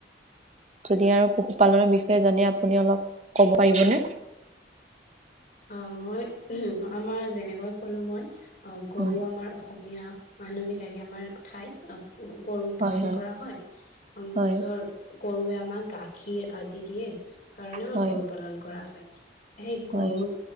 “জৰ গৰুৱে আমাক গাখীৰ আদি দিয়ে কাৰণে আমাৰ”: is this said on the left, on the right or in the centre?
Left